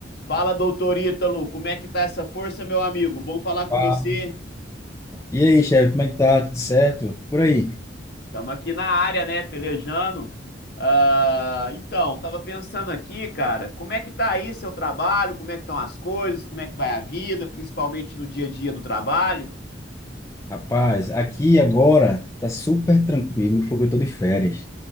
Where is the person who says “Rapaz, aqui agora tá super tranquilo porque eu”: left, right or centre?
Left